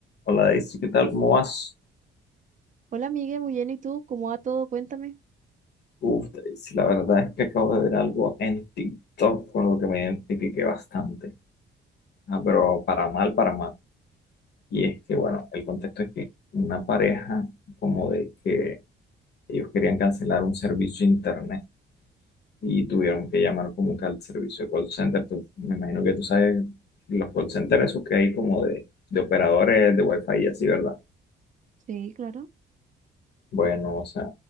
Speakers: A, on the left; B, on the right.
A: Hola Daisy, ¿qué tal? ¿Cómo vas?
B: Hola, Miguel, muy bien. ¿Y tú? ¿Cómo va todo? Cuéntame.
A: Uf, Daisy, la verdad es que acabo de ver algo en TikTok con lo que me identifiqué bastante. Ah, pero para mal, para mal. Y es que, bueno, el contexto es que una pareja como de que ellos querían cancelar un servicio de internet y tuvieron que llamar como que al servicio de call center. Tú- me imagino que tú sabes los call centers esos que hay como de, de operadores de Wi-Fi y así, ¿verdad?
B: Sí, claro.
A: Bueno, o sea,